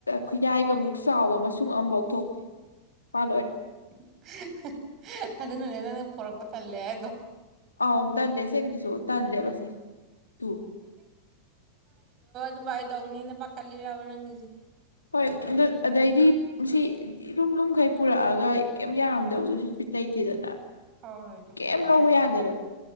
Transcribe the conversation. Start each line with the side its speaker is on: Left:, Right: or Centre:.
Left: ꯈꯨꯌꯥꯏꯒ ꯃꯨꯛ ꯆꯥꯎꯕ ꯑꯃꯁꯨꯡꯨꯡ ꯑꯃꯐꯧ ꯊꯣꯛꯇꯦ ꯃꯥ ꯂꯣꯏꯔꯦ
Right: <inaudible> ꯑꯗꯨꯅꯅꯦ ꯅꯪ ꯄꯨꯔꯛꯄ ꯇꯜꯂꯦ ꯍꯥꯏꯗꯣ
Left: ꯑꯥꯎ ꯊꯦ ꯁꯦꯡꯀꯤꯁ ꯊꯜꯦ ꯄꯁ ꯇꯨ
Right: ꯗꯨꯕꯥꯏ ꯇꯧꯅꯤꯅ ꯄꯥꯈꯠꯂꯤꯔꯕ ꯅꯪꯒꯤꯁꯦ
Left: ꯍꯣꯏ ꯑꯗꯩꯗꯤ ꯁꯤ ꯂꯨꯝ ꯂꯨꯝꯈꯩ ꯄꯨꯔꯛꯑꯒ ꯀꯩꯝ ꯌꯥꯔꯝꯗꯕꯗꯨꯣ ꯁꯤ ꯕꯤꯠ ꯂꯩꯇꯦꯗꯅ
Right: ꯍꯣꯏ ꯍꯣꯏ ꯇꯨ
Left: ꯀꯩꯝ
Right: ꯆꯃꯦ
Left: ꯂꯧꯕ
Right: ꯍꯥꯏꯗꯤ
Left: ꯌꯥꯗꯦꯕ